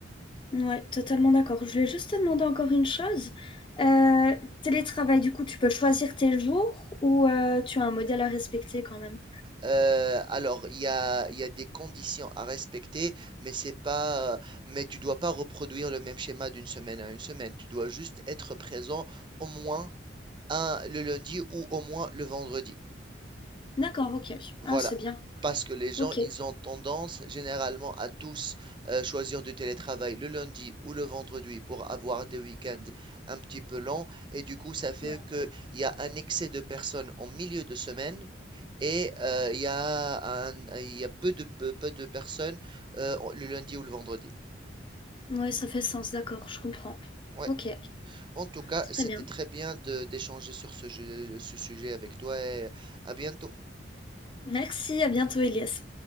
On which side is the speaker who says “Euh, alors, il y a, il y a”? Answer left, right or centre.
Right